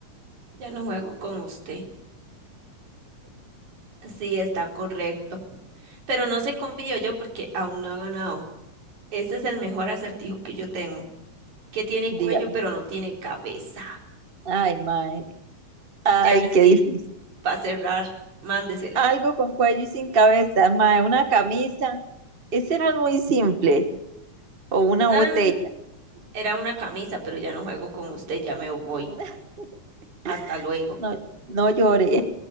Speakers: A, on the right (about 65°); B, on the right (about 30°).
A: Ya no juego con usted. Sí, está correcto. Pero no se confío yo porque aún no ha ganado. Este es el mejor acertijo que yo tengo, que tiene cuello
B: Dígalo.
A: pero no tiene cabeza.
B: Ay, mae, ay,
A: Ya
B: qué
A: sí,
B: difícil.
A: para cerrar, mándesela.
B: Algo con cuello y sin cabeza, mae, una camisa. Ese no es muy simple. O una
A: No,
B: botella.
A: no, no, era una camisa, pero ya no juego con usted, ya me voy.
B: <laughs>
A: Hasta luego.
B: No, no lloré.